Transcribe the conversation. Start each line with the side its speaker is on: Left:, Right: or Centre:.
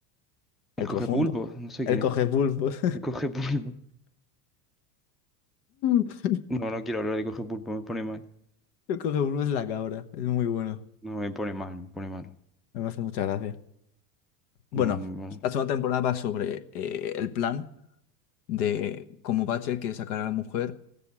Centre: el
Left: El
Centre: cogepulpo,
Left: profundo.
Centre: no sé
Left: El
Centre: quién es.
Left: coge
Centre: co-
Left: pulpos.
Centre: El cogepulpo. <laughs>
Left: <laughs>
Centre: No, no quiero hablar de cogepulpo, me pone mal.
Left: Yo creo que Bruno es la cabra. Es muy bueno.
Centre: No, me pone mal, me pone mal.
Left: Me hace mucha gracia. Bueno,
Centre: No, muy mal.
Left: la segunda temporada va sobre eh, el plan de cómo Butcher quiere sacar a la mujer.